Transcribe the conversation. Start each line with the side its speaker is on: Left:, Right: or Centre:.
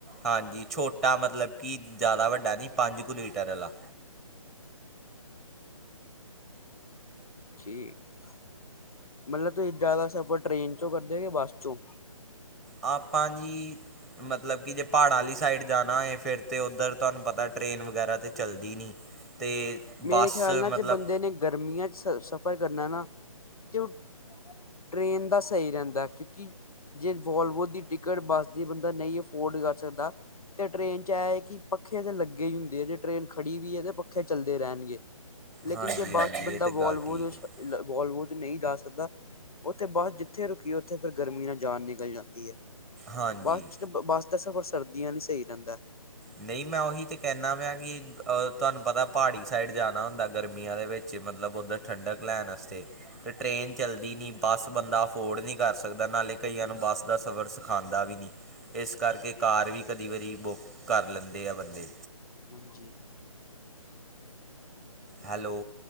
Centre: ਹਾਂਜੀ ਛੋਟਾ ਮਤਲਬ ਕਿ ਜ਼ਿਆਦਾ ਵੱਡਾ ਨੀ ਪੰਜ ਕੁ ਲੀਟਰ ਆਲਾ।
Left: <unintelligible> ਮਤਲਬ ਤੁਸੀਂ ਜ਼ਿਆਦਾ ਸਫ਼ਰ ਟ੍ਰੇਨ ਚੋਂ ਕਰਦੇ ਬਸ ਚੋਂ
Centre: ਆਪਾਂ ਜੀ ਮਤਲਬ ਕਿ ਜੇ ਪਹਾੜਾਂ ਆਲੀ ਸਾਈਡ ਜਾਣਾ ਹੋਏ ਫਿਰ ਤਾਂ ਉੱਧਰ ਤੁਹਾਨੂੰ ਪਤਾ ਟ੍ਰਰੇਨ ਵਗੈਰਾ ਤਾਂ ਚੱਲਦੀ ਨਹੀਂ ਅਤੇ ਬੱਸ
Left: ਮੇਰੇ ਖਿਆਲ ਨਾਲ
Centre: ਮਤਲਬ
Left: ਜੇ ਬੰਦੇ ਨੇ ਗਰਮੀਆਂ ਚ ਸਫ਼ਰ ਕਰਨਾ ਨਾ ਤੇ ਉਹ ਟ੍ਰੇਨ ਦਾ ਸਹੀ ਰਹਿੰਦਾ ਕਿਉਂਕਿ ਜੇ ਵੋਲਵੋ ਦੀ ਟਿਕਟ ਬੱਸ ਦੀ ਬੰਦਾ ਨਹੀਂ ਅਫੋਰਡ ਕਰ ਸਕਦਾ ਤੇ ਟ੍ਰੇਨ ਚ ਇਹ ਹੈ ਕਿ ਪੱਖੇ ਤਾਂ ਲੱਗੇ ਹੀ ਹੁੰਦੇ ਆ ਜੇ ਟ੍ਰੇਨ ਖੜੀ ਵੀ ਹੈ ਤੇ ਪੱਖੇ ਚੱਲਦੇ ਰਹਿਣਗੇ। ਲੇਕਿਨ
Centre: ਹਾਂਜੀ
Left: ਜੇ ਬਸ
Centre: ਹਾਂਜੀ
Left: ਬੰਦਾ
Centre: ਇਹ ਤਾਂ
Left: ਵੋ
Centre: ਗੱਲ
Left: ਵੋਲਵੋ
Centre: ਠੀਕ ਹੈ
Left: ਨਹੀਂ ਜਾ ਸਕਦਾ ਉੱਥੇ ਬਸ ਜਿੱਥੇ ਰੁਕੀਏ ਉੱਥੇ ਫਿਰ ਗਰਮੀ ਨਾਲ ਜਾਨ ਨਿਕਲ ਜਾਂਦੀ ਏ
Centre: ਹਾਂਜੀ
Left: ਬਸ ਚ ਬਸ ਦਾ ਸਫ਼ਰ ਸਰਦੀਆਂ ਨੀ ਸਹੀ ਰਹਿੰਦਾ
Centre: ਨਹੀਂ ਮੈਂ ਉਹੀ ਤੇ ਕਹਿਣਾ ਪਿਆ ਕਿ ਤੁਹਾਨੂੰ ਪਤਾ ਪਹਾੜੀ ਸਾਈਡ ਜਾਣਾ ਹੁੰਦਾ ਗਰਮੀਆਂ ਦੇ ਵਿੱਚ ਮਤਲਬ ਉੱਧਰ ਠੰਡਕ ਲੈਣ ਵਾਸਤੇ ਤੇ ਟ੍ਰੇਨ ਚੱਲਦੀ ਨਹੀਂ ਬੱਸ ਬੰਦਾ ਅਫੋਰਡ ਨਹੀਂ ਕਰ ਸਕਦਾ ਨਾਲੇ ਕਈਆਂ ਨੂੰ ਬੱਸ ਦਾ ਸਫ਼ਰ ਸਿਖਾਦਾ ਵੀ ਨਹੀਂ ਇਸ ਕਰਕੇ ਕਾਰ ਵੀ ਕਦੀ ਵਾਰੀ ਬੁੱਕ ਕਰ ਲੈਂਦੇ ਆ ਬੰਦੇ
Left: ਹਾਂਜੀ
Centre: ਹੈਲੋ